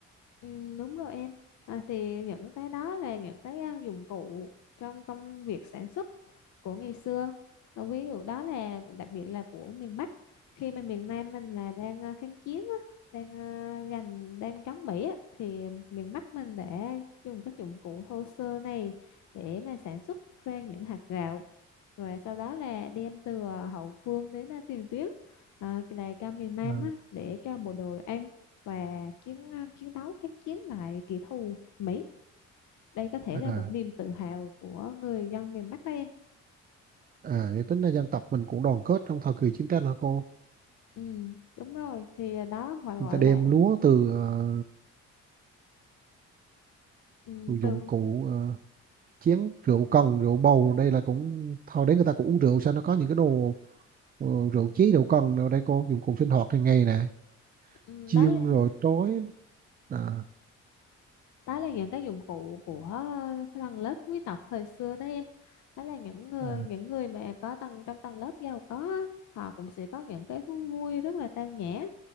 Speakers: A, on the left; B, on the right.
A: Ừ, đúng rồi em à, thì những cái đó là những cái à, dụng cụ trong công việc sản xuất của ngày xưa à, ví dụ đó là đặc biệt là của miền Bắc khi mà miền Nam mình là đang à, kháng chiến á, đang à, giành đang chống Mỹ á, thì miền Bắc mình đã dùng các dụng cụ thô sơ này để mà sản xuất ra những hạt gạo và sau đó là đem từ à, hậu phương đến à, tiền tuyến à, là cho miền Nam
B: Ờ.
A: á, để cho bộ đội ăn và chiến chiến đấu kháng chiến lại kẻ thù Mỹ. Đây có thể
B: à
A: là một niềm tự hào của người dân miền Bắc đó em.
B: à vậy tính ra dân tộc mình cũng đoàn kết trong thời kỳ chiến tranh hả cô
A: Ừ, đúng rồi. Thì đó phải gọi
B: người ta
A: là
B: đem lúa từ ờ,
A: ừ,
B: dụng
A: từ
B: cụ ờ, chén rượu cần rượu bầu đây là cũng thôi đấy người ta cũng uống rượu sao nó có những cái đồ ờ, rượu chí rượu cần đâu đây cô dụng cụ sinh hoạt hàng ngày nè
A: ừ,
B: chiên
A: đó là
B: rồi trói à,
A: đó là những cái dụng cụ của tầng lớp quý tộc thời xưa đó em. Đó là những người
B: à,
A: những người mà có tầng trong tầng lớp giàu có á, họ cũng sẽ có những cái thú vui rất là tao nhã.